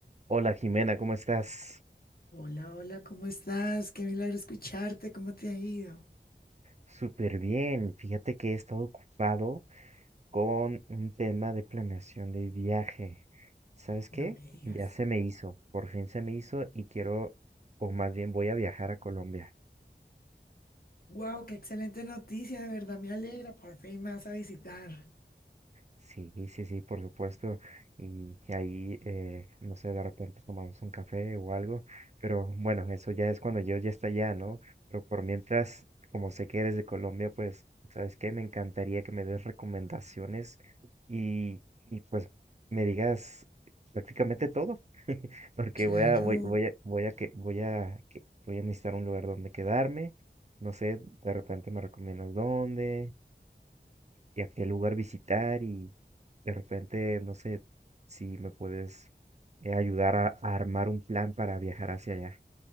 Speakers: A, on the right; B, on the left.
A: Hola Jimena, ¿cómo estás?
B: Hola, hola, ¿cómo estás? Qué milagro escucharte, ¿cómo te ha ido?
A: Súper bien. Fíjate que he estado ocupado con un tema de planeación de viaje. ¿Sabes qué?
B: No me digas.
A: Ya se me hizo, por fin se me hizo y quiero, o más bien voy a viajar a Colombia.
B: Wow, qué excelente noticia, de verdad me alegra, por fin me vas a visitar.
A: Sí, sí, sí, por supuesto. Y que ahí, eh, no sé, de repente tomamos un café o algo. Pero bueno, eso ya es cuando yo ya está allá, ¿no? Pero por mientras, como sé que eres de Colombia, pues, ¿sabes qué? Me encantaría que me des recomendaciones y, y pues me digas prácticamente todo. <laughs> Porque
B: Claro.
A: voy a, voy, voy a, voy a que, voy a, que- voy a necesitar un lugar donde quedarme. No sé, de repente me recomiendas dónde y a qué lugar visitar y de repente, no sé si me puedes eh, ayudar a, a armar un plan para viajar hacia allá.